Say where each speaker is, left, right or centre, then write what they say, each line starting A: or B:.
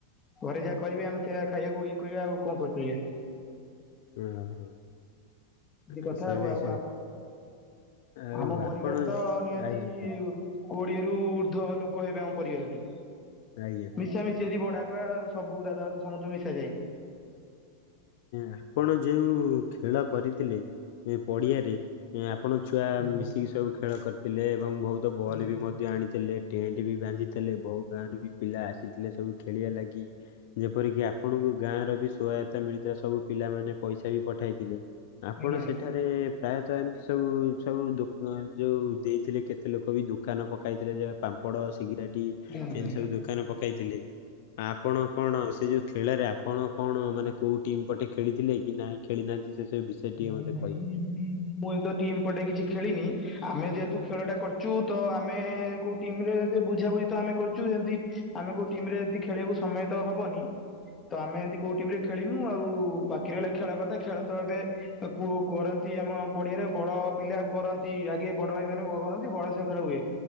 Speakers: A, on the left (about 25°); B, on the left (about 60°).
A: ଘରେ ଯାହା କରିବେ ଆମେ ସେଇଆ ଖାଇବାକୁ ଇଏ କରିବା ଆଉ କଣ କରିପାରିବା।
B: <inaudible>
A: ଏମିତି କଥା ଆଉ ଆଉ
B: ଆଉ
A: ଆମ
B: ଆପଣ
A: ପରିବାର ତ ନିହାତି
B: ଆଜ୍ଞା କୁ-
A: କୋଡିଏରୁୁ ଉର୍ଦ୍ଧ ଲୋକ ହେବେ ଆମ ପରିବାରରେ।
B: ଆଜ୍ଞା।
A: ମିଶା ମିଶି ଯଦି ବଡ ବାପା ଆ ସବୁ ଦାଦା ଦଦା ସମସ୍ତୁ ମିଶା ଯାଏ।
B: ଆପଣ ଯୋଉ ଖେଳ କରିଥିଲେ ପଡିଆରେ ଆପଣ ଛୁଆ
A: ଆଜ୍ଞା
B: ମିଶିକି ସବୁ ଖେଳ କରିଥିଲେ ଏବଂ ବହୁତ ବଲ୍
A: ଆଜ୍ଞା
B: ବି ମ ଆଣିଥିଲେ ଟେଣ୍ଟ ବି ବାନ୍ଧିଥିଲେ ବୋହୁ ଗାଁରୁ ବି ପିଲା ଆସିଥିଲେ ସବୁ ଖେଳିବା ଲାଗି। ଯେପରିକି ଆପଣଙ୍କୁ ଗାଁ ର ବି ସହାୟତା ମିଳିଥିଲା ସବୁ ପିଲାମାନେ ପଇସା ବି ପଠାଇଥିଲେ। ଆପଣ
A: ଆଜ୍ଞା ଆଜ୍ଞା ଆଜ୍ଞା ଆଜ୍ଞା
B: ସେଠାରେ
A: ଆଜ୍ଞା
B: ପ୍ରାୟତଃ ଏମିତି ସବୁ ସବୁ ଦ ଯୋଉ ଦେଇଥିଲେ କେତେ ଲୋକ ବି ଦୋକାନ ପକାଇଥିଲେ ଯ ପାମ୍ପଡ ସିଗାରେଟ
A: ଆଜ୍ଞା
B: ଏମିତି
A: ଆଜ୍ଞା ଆଜ୍ଞା
B: ସବୁ ଦୋକାନ ପକାଇଥିଲେ ଆପଣ କଣ ସେ ଯୋଉ ଖେଳରେ ଆପଣ କଣ ମାନେ କୋଉ ଟିମ୍ ପଟେ ଖେଳିଥିଲେ କି ନାହିଁ ଖେଳିନାହାନ୍ତି ସେ ସବୁ ବିଷୟ ଟିକେ
A: ନାଇଁ
B: ମତେ
A: ନାଇଁ
B: କହିବେ?
A: ଏମିତି ମୁଁ ଏ ତ ଟିମ୍ ପଟେ କିଛି ଖେଳିନି। ଆମେ ଯେହେତୁ ଖେଳଟା କରୁଛୁ ତ ଆମେ କୋଉ ଟିମରେ ବୁଝାବୁଝି ତ ଆମେ କରୁଛୁ ସେମତି ଆମେ କୋଉ ଟିମରେ ଯଦି ଖେଳିବାକୁ ସମୟ ତ ହବନି ତ ଆମେ ଏମିତି କୋଉ ଟିମରେ ଖେଳନୁ ଆଉ ବାକି ରହିଲା ଖେଳ କଥା ଖେଳ ତ ଏବେ କୁ କରନ୍ତି ଆମ ପଡିଆରେ ବଡ ପିଲା କରନ୍ତି ଆଗେ ବଡ ଭାଇ ମାନେ କରନ୍ତି ବଡ ସେ ଖେଳ ହୁଏ।